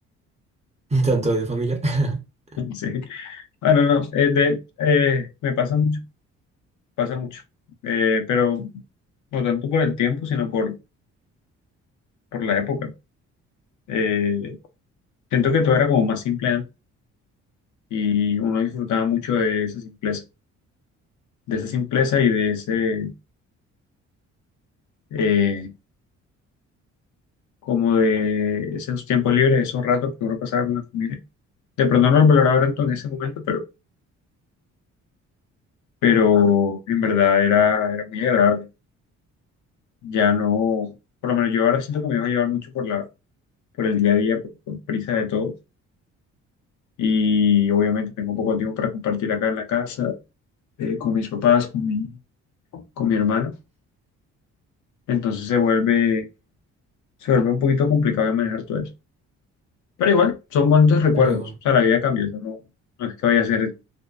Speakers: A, on the right; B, on the left.
A: <laughs> tanto de familia <laughs>
B: <laughs> Sí. Ah, no, no, eh, de- eh, me pasa mucho, pasa mucho, Eh, pero no tanto por el tiempo, sino por, por la época. Eh, siento que todo era como más simple antes y uno disfrutaba mucho de esa simpleza, de esa simpleza y de ese, eh, como de esos tiempos libres, esos ratos que uno pasaba con la familia. De pronto no lo valoraba tanto en ese momento, pero, pero en verdad era, era muy agradable. Ya no, por lo menos yo ahora siento que me dejo llevar mucho por la por el día a día, por, por prisa de todo. Y obviamente tengo poco tiempo para compartir acá en la casa, eh, con mis papás, con mi, con mi hermana. Entonces se vuelve, se vuelve un poquito complicado de manejar todo eso. Pero igual, son bonitos recuerdos.
A: Pero
B: O sea, la vida cambia, o sea, no, no es que vaya a ser